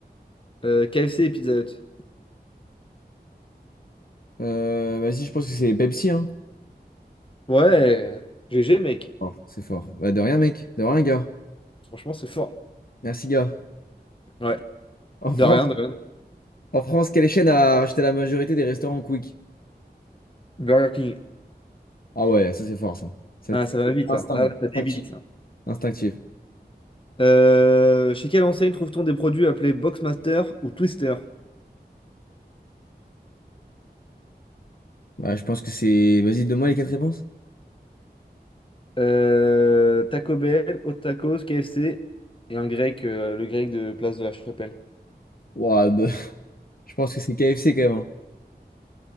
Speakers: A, on the left; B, on the left.
A: Euh, KFC et Pizza Hut.
B: Euh, vas-y, je pense que c'est Pepsi, hein.
A: Ouais, GG, mec.
B: Oh, c'est fort. Bah, de rien, mec. De rien, gars.
A: Franchement, c'est fort.
B: Merci, gars.
A: Ouais,
B: En
A: de
B: France,
A: rien, de rien.
B: en France, quelle chaîne a racheté la majorité des restaurants Quick?
A: Burger King.
B: Ah ouais, ça c'est fort ça. Ça,
A: Ah, ça va
B: c'est
A: vite,
B: Instinct.
A: là. Là, là, ça débite,
B: Instinctif.
A: là.
B: Instinctif.
A: Euh, chez quelle enseigne trouve-t-on des produits appelés Boxmaster ou Twister?
B: Bah, je pense que c'est. Vas-y, donne-moi les quatre réponses.
A: Euh, Taco Bell, Otakos, KFC et un grec, euh, le grec de Place de la Chapelle.
B: Ouah, bah, <laughs> je pense que c'est KFC quand même. hein.